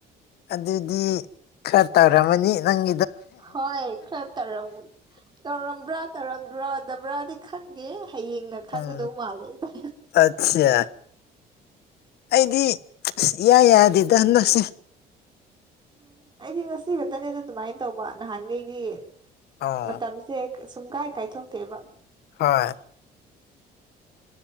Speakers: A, on the left; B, on the right.
A: ꯑꯗꯨꯗꯤ ꯈꯔ ꯇꯧꯔꯝꯃꯅꯤ ꯅꯪ
B: ꯍꯣꯏ ꯈꯔ ꯇꯧꯔꯝ ꯇꯧꯔꯝꯕ꯭ꯔꯥ ꯇꯧꯔꯝꯗ꯭ꯔꯥꯕ꯭ꯔꯥꯗꯤ ꯈꯪꯗꯦ ꯍꯌꯦꯡꯅ ꯈꯪꯒꯗꯧ
A: ꯎꯝ
B: ꯃꯥꯜꯂꯦꯁꯦ
A: ꯑꯠꯆꯥ ꯑꯩꯗꯤ ꯏ ꯌꯥꯗꯦꯗ ꯍꯟꯗꯛꯁꯦ
B: ꯎꯝ ꯑꯩꯗꯤ ꯉꯁꯤ ꯈꯛꯇꯅꯦꯗ ꯑꯗꯨꯃꯥꯏꯅ ꯇꯧꯕ ꯅꯍꯥꯟꯈꯩꯗꯤ
A: ꯑꯣ
B: ꯃꯇꯝꯁꯦ ꯁꯨꯝ ꯀꯥꯏ ꯀꯥꯏꯊꯣꯛꯇꯦꯕ
A: ꯍꯣꯏ